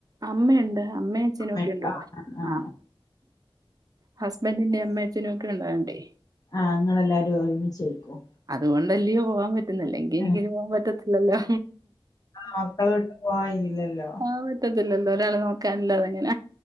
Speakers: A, on the right; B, on the left.
A: അമ്മയൊണ്ട് അമ്മയും അച്ഛനുമൊക്കെയൊണ്ട്
B: ആഹ്
A: ഇവടെ
B: ആഹ്
A: ആം ഹസ്ബന്റിന്റെ അമ്മേ അച്ഛനും ഒക്കെ ഉണ്ടായോണ്ടെ
B: ആഹ് ഇങ്ങള് എല്ലാരും ഒരുമിച്ചേക്കും
A: അതുകൊണ്ടല്ലയോ പോവാൻ പറ്റുന്നത് ല്ലെങ്കിൽ
B: ആ
A: എനിക്ക്‌ ഇനി പോവാൻ പറ്റത്തില്ലല്ലോ.
B: മക്കള വിട്ട് പോവാൻ കയില്ലല്ലോ.
A: അത് പറ്റത്തില്ലല്ലോ ഒരാൾ നോക്കാനില്ലാ തെങ്ങന